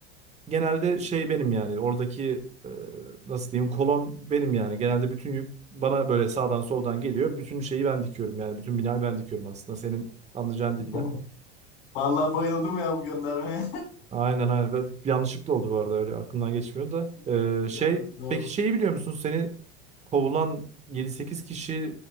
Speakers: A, on the right; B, on the left.
A: genelde şey benim yani oradaki e, nasıl diyeyim kolon benim yani. Genelde bütün yük bana böyle sağdan soldan geliyor. Bütün şeyi ben dikiyorum yani. Bütün binayı ben dikiyorum aslında senin anlayacağın
B: <laughs>
A: dilden.
B: Vallahi bayıldım ya bu göndermeye.
A: Aynen aynen. Ve yanlışlıkla oldu bu arada öyle aklımdan geçmiyor da.
B: <laughs>
A: E,
B: Güzel,
A: şey
B: güzel.
A: peki şeyi biliyor musun? Seni kovulan yedi sekiz kişi